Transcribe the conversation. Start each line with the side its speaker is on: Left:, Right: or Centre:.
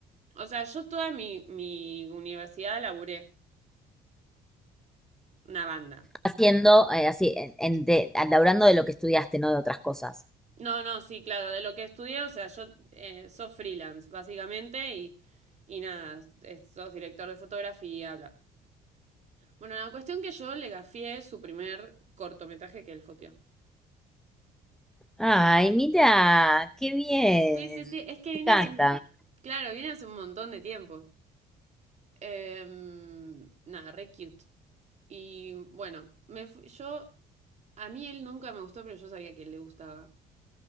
Right: o sea, yo toda mi, mi universidad laburé una banda.
Centre: haciendo, eh, así, en, en- de- laburando de lo que estudiaste, no de otras cosas.
Right: No, no, sí, claro, de lo que estudié, o sea, yo eh, sos freelance, básicamente, y, y nada, es- sos director de fotografía, bla. Bueno, la cuestión que yo le gafié su primer cortometraje que él foteó.
Centre: Ay, mira, qué bien.
Right: Sí, sí, sí, es que vine
Centre: Me encanta.
Right: hace un... Claro, vine hace un montón de tiempo. Em, nada, re cute. Y bueno, me fu- yo, a mí él nunca me gustó, pero yo sabía que él le gustaba.